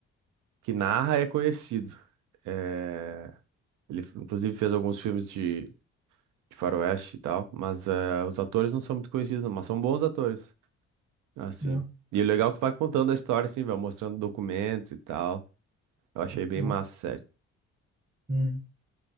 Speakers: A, on the right; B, on the right.
A: que narra é conhecido. É, Ele, f- inclusive, fez alguns filmes de, de faroeste e tal, mas eh, os atores não são muito conhecidos, não, mas são bons atores, assim.
B: Não,
A: E o legal é que vai contando a história, assim, vai mostrando documentos e tal. Eu achei bem
B: não.
A: massa, sério.
B: Hum.